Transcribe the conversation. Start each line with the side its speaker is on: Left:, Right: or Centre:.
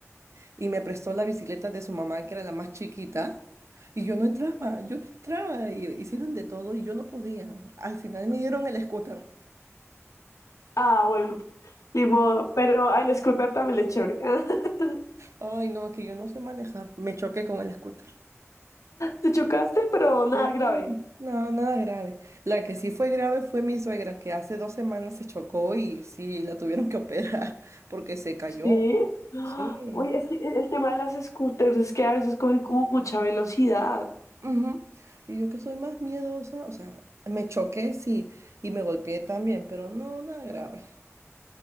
Right: y me prestó la bicicleta de su mamá, que era la más chiquita, y yo no entraba, yo no entraba, y hicieron de todo y yo no podía. Al final me dieron el scooter.
Left: Ah, bueno, ni modo. Pero a el scooter también le es chévere. <laughs>
Right: Ay, no, es que yo no sé manejar. Me choqué con el scooter.
Left: Te chocaste, pero nada
Right: Sí,
Left: grave.
Right: No, nada grave. La que sí fue grave fue mi suegra, que hace dos semanas se chocó y sí, la tuvieron que operar <laughs> porque se cayó.
Left: Sí. <gasps> Ah,
Right: Sí.
Left: Oye, es que el el tema de las scooters es que a veces cogen como mucha velocidad.
Right: Ujú. Y yo que soy más miedosa, o sea, me choqué, sí, y me golpeé también, pero no, nada grave.